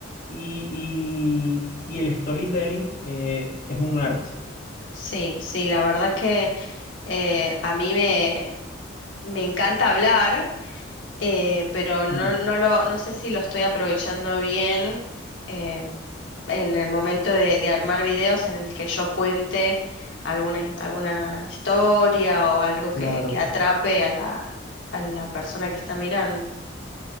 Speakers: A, on the left; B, on the left.
A: Y, y- y el storytelling eh, es un arte.
B: sí, sí, la verdad que eh, a mí me, me encanta hablar. eh, pero no,
A: Mm.
B: no lo, no sé si lo estoy aprovechando bien em, en el momento de, de armar videos en el que yo cuente alguna, alguna historia o algo
A: Claro.
B: que, que atrape a la, a la persona que está mirando.